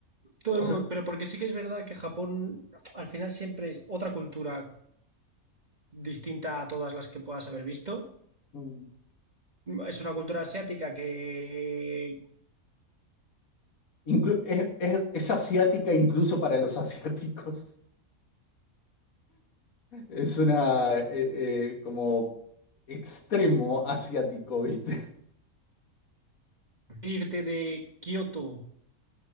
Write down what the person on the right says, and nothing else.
Todo
el mundo,
pero porque sí que es verdad que Japón al final siempre es otra cultura distinta a todas las que puedas haber visto.
Es una cultura asiática que
irte de Kioto